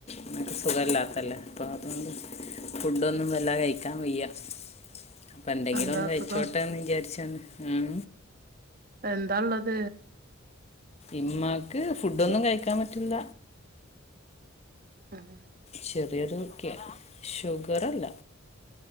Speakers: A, on the left; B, on the right.
A: മ്മക്ക് സുഖല്ലാത്തല്ലേ അപ്പോ അതുകൊണ്ട് ഫുഡൊന്നും വല്ലാ കയിക്കാൻ വയ്യ അപ്പന്തെങ്കിലൊന്ന്
B: എന്താ
A: കഴിച്ചോട്ടെന്ന്
B: അസുഖം
A: വിചാരിച്ചാണ് ഉം
B: എന്താള്ളത്
A: ഇമ്മാക്ക് ഫുഡൊന്നും കഴിക്കാ പറ്റുല
B: ആഹ്
A: ചെറിയ രോഗ്യ ഷുഗറല്ല